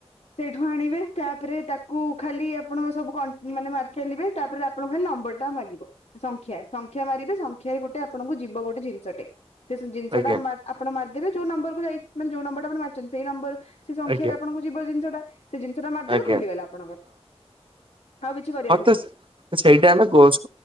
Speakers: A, on the left (about 80°); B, on the right (about 50°).
A: ସେଇଠୁ ଆଣିବେ ତାପରେ ତାକୁ ଖାଲି ଆପଣ ସବୁ କ ମାନେ ମାରିଚାଲିବେ ତାପରେ ଆପଣଙ୍କୁ ଖାଲି ନମ୍ବରଟା ମାଗିବ ସଂଖ୍ୟା, ସଂଖ୍ୟା ମାରିବେ ସଂଖ୍ୟାରେ ଗୋଟେ ଆପଣଙ୍କୁ ଯିବ ଗୋଟେ ଜିନିଷଟେ। ସେ ଜିନିଷଟା
B: ଆଜ୍ଞା
A: ଆପଣ ମାରିଦେବେ ଯୋଉ ନମ୍ବରକୁ ଯାଇ ମାନେ ଯଉ ନମ୍ୱରଟା ଆପଣ ମାରିଛନ୍ତି ସେଇ ନମ୍ବର ସେ ସଂଖ୍ୟାରା
B: ଆଜ୍ଞା
A: ଆପଣଙ୍କୁ ଯିବ ଜିନିଷଟା ସେ ଜିନିଷଟା ମାରିଦେବେ
B: ଆଜ୍ଞା
A: ଖୋଲିଗଲା ଆପଣଙ୍କର। ଆଉ କିଛି କରିବାର
B: ହଉ
A: ନାହିଁ
B: ତ ସେଇଟା ଆମେ ଗୋସ୍